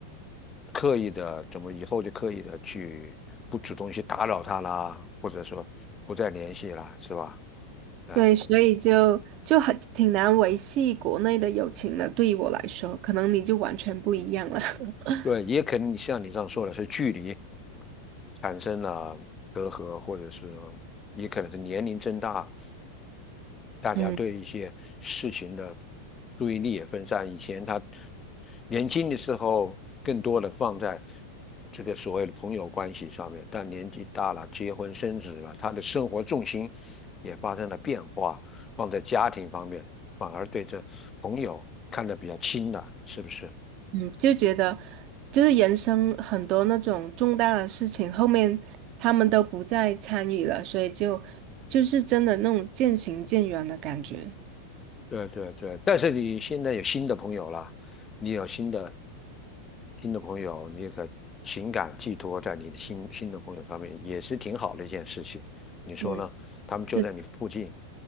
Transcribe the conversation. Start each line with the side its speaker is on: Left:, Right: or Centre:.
Left: 刻意的怎么以后就刻意的去不主动去打扰他啦，或者说不再联系啦，是吧？嗯，
Right: 对，所以就就很挺难维系国内的友情的，对于我来说，可能你就完全不一样了。<laughs>
Left: 对，也可能像你这样说的是距离产生了隔阂，或者是也可能是年龄增大，大家对一些事情的
Right: 嗯
Left: 注意力也分散。以前他年轻的时候更多的放在这个所谓的朋友关系上面，但年纪大了，结婚生子了，他的生活重心也发生了变化，放在家庭方面，反而对这朋友看得比较轻了，是不是？
Right: 嗯，就觉得就是人生很多那种重大的事情，后面他们都不再参与了，所以就就是真的那种渐行渐远的感觉。
Left: 对对对，但是你现在有新的朋友了，你有新的新的朋友，你可情感寄托在你的新新的朋友上面，也是挺好的一件事情。你说呢？
Right: 嗯，
Left: 他们就在你附近。
Right: 是，